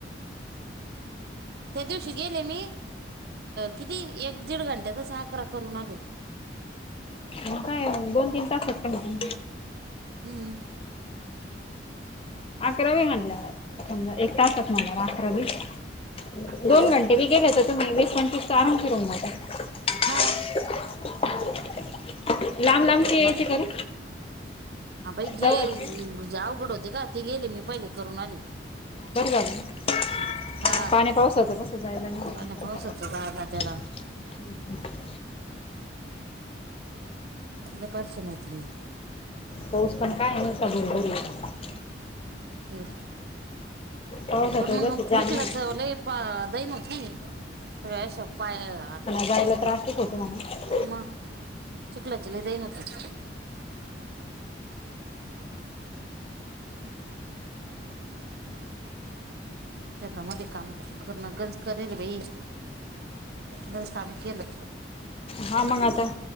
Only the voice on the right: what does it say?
त्या दिवशी गेले मी, किती एक दीड घंट्यातच अकरा करून आले.
हम्म.
हा
हा.
अकरा
करून
आले
बाई
जे अवघड होते का? ते गेले मी पहिले करून आली
हा
पाण्या
पावसाचं जायला त्याला
दुपारचं नाही तर मग. <unintelligible>
तेच
पण मग
चिखलाचा
लय <unintelligible> पा दईना होती सगळ्या पाय <unintelligible>
मग चिखलाची लई दैना होते. <unintelligible> शेतामध्ये काम करणं गरज करेल बाई गर काम केलं